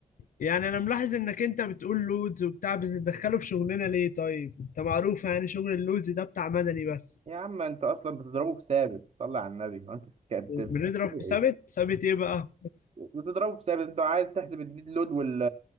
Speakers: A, on the left; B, on the right.
A: يعني انا ملاحظ انك انت بتقول لودز وبتاع بس بتدخله في شغلنا ليه طيب انت معروف يعني شغل اللودز ده بتاع مدني بس
B: يا عم انت اصلا بتضربه بثابت صلي على النبي هو انت بتك- بت-
A: بنضرب
B: بتحسبه
A: في ثابت
B: ايه
A: ثابت ايه بقى
B: بتضربه في ثابت انت عايز تحسب الديد لود وال